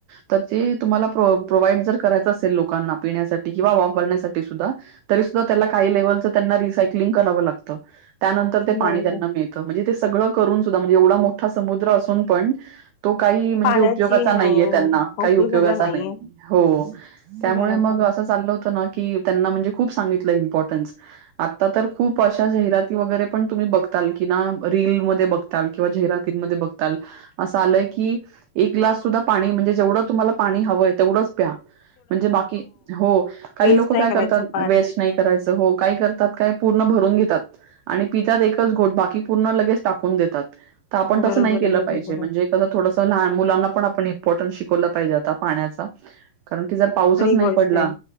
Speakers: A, on the right (about 85°); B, on the left (about 80°).
A: तर ते तुम्हाला प्र प्रोव्हाइड जर करायचं असेल लोकांना पिण्यासाठी किंवा वापरण्यासाठी सुद्धा तरी सुद्धा त्याला काही लेव्हलचं त्यांना रिसायकलिंग करावं लागतं त्यानंतर ते पाणी
B: बरोबर
A: त्यांना मिळत म्हणजे ते सगळं करून सुद्धा म्हणजे एवढा मोठा समुद्र असून पण तो काही म्हणजे
B: पाण्याची
A: उपयोगाचा
B: हो
A: नाहीे त्यांना काही
B: उपयोगता
A: उपयोगाचा
B: नाहीये
A: नाही हो त्यामुळे
B: बरोबर
A: मग असं
B: आहे
A: चाललं होत ना की त्यांना म्हणजे खूप सांगितलं इम्पॉर्टन्स आता तर खूप अशा जाहिराती वगैरे पण तुम्ही बघताल कि ना रीलमध्ये बघताल किंवा जहिराती बघ असं आलय की एक ग्लास सुद्ध पाणी म्हणजे जेवढं तुम्हाला पाणी हवंय तेवढंच प्या म्हणजे बाकी हो काही
B: वेस्ट
A: लोक
B: नाही
A: काय
B: करायचं
A: करतात
B: पाणी
A: वेस्ट नाही करायचं हो काय करत का पूर्ण भरून घेतात आणि पित एकच गो बाकी पूर्ण लगेच टाकून देतात आपण तसं
B: बरोबर
A: नाही केलं
B: आहे
A: पाहिजे
B: बरोबर
A: म्हणजे.
B: आहे.
A: थोडस लहान मुलांना पण आपण इम्पॉर्टन्स शिकवला पाहिजे आता पाण्याचा. कारण की जर पाऊसच
B: खरी
A: नाही
B: गोष्ट
A: पडला
B: आहे